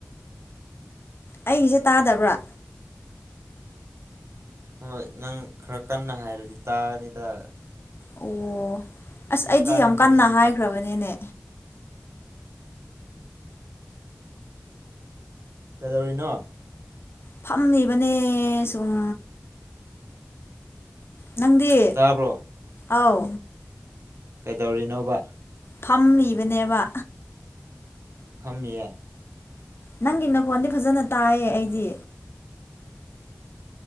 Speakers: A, on the left (about 50°); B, on the right (about 60°).
A: ꯑꯩꯒꯤꯁꯦ ꯇꯥꯗꯕ꯭ꯔꯥ
B: ꯍꯣꯏ ꯅꯪ ꯈꯔ ꯀꯟꯅ ꯍꯥꯏꯔꯗꯤ ꯇꯥꯅꯤꯗ
A: ꯑꯣ ꯑꯁ ꯑꯩꯗꯤ
B: ꯀꯟꯗꯕꯅꯤꯅ
A: ꯌꯥꯝ ꯀꯟꯅ ꯍꯥꯏꯈ꯭ꯔꯕꯅꯤꯅꯦ
B: ꯀꯩꯗꯧꯔꯤꯅꯣ
A: ꯐꯝꯂꯤꯕꯅꯦ ꯁꯨꯝ ꯅꯪꯗꯤ
B: ꯇꯥꯕ꯭ꯔꯣ
A: ꯑꯥꯎ
B: ꯀꯩꯗꯧꯔꯤꯅꯣꯕ
A: ꯐꯝꯃꯤꯕꯅꯦꯕ
B: ꯐꯝꯃꯤꯌꯦ
A: ꯅꯪꯒꯤ ꯅꯈꯣꯟꯗꯤ ꯐꯖꯅ ꯇꯥꯏꯌꯦ ꯑꯩꯗꯤ